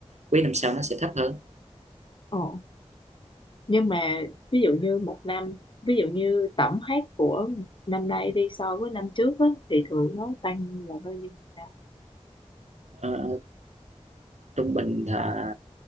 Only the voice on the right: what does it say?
quý năm sau nó sẽ thấp hơn
Ờ, trung bình là